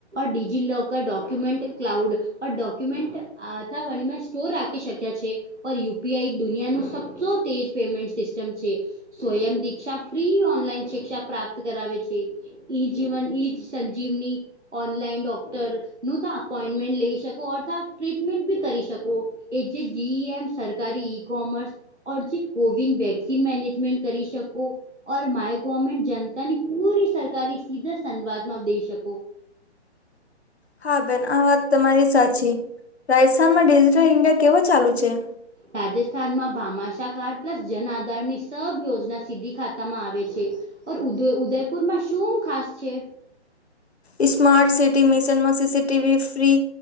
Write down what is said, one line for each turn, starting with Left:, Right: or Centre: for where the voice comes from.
Right: ડિજી લોકર ડોક્યુમેન્ટ ક્લાઉડ ઓર ડોક્યુમેન્ટ અ અથાવણીમાં સ્ટોર રાખી શક્યા છે ઓર યુ પી આઈ દુનિયાનું સચો તેજ પેમેન્ટ સિસ્ટમ છે સ્વયં દીક્ષા ફ્રી ઓનલાઈન શિક્ષા પ્રાપ્ત કરાવે છે એઈ જીવન ઈ જ સંજીવની ઓનલાઈન ડોક્ટર નું તો અપોઈન્ટમેન્ટ લઈ શકો અર્થા ટ્રીટમેન્ટ બી કરી શકો એ જે જીઈ એમ સરકારી ઈ કોમર્સ ઓર જે કોવન વેક્સિન મેનેજમેન્ટ કરી શકો ઓર માય ગોર્મેન્ટ જનતાની પૂરી સરકાર એ સીધા સંવાદમાં દઈ શકો
Left: હા બેન આ વાત તમારી સાચી રાજસ્થાનમાં ડિજિટલ ઈન્ડિયા કેવો ચાલુ છે
Right: રાજસ્થાનમાં ભમાશા કાર્ડ પ્લસ જન આધારની સબ યોજના સીધી ખાતામાં આવે છે ઓર ઉદ ઉદયપુર માં શું ખાસ છે
Left: ઈસ્માર્ટ સિટી મિશનમાં સીસીટીવી ફ્રી